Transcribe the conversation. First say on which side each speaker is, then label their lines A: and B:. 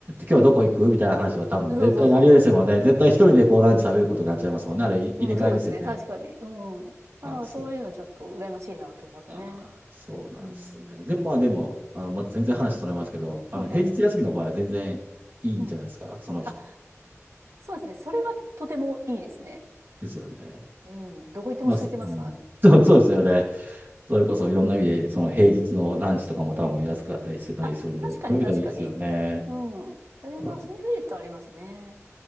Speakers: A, on the right; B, on the right.
A: 今日どこ行くみたいな話は多分絶対にありえですもんね。
B: そうそうそうそ
A: 絶対一人でこうランチ食べることになっちゃいますもんね。あれい入れ替えですよね。
B: う。うん、そうですね。確かに。うん。
A: あ、
B: まあ、
A: そう、
B: そういうのちょっと羨ましいなと思いますね。
A: あ、そうなんですね。
B: うん。
A: でも、まあ、でも、あの、まあ、全然話それますけど、あの、
B: はいは
A: 平日休みの場合は全然いいんじゃないですか、
B: い。うん。
A: その日
B: あ、そうですね。それはとてもいいですね。
A: ですよね。
B: うん。どこ行っても空いてますからね。
A: まあ、そ、うん。<laughs> そう、そうですよね。
B: うん。
A: それこそいろんな意味で、その平日のランチとかも多分安かったりしてたりするんで、
B: うん。あ、確かに確かに。
A: そういう意味ではいいですよね。
B: うん。それは、
A: うん
B: そういうメリットありますね。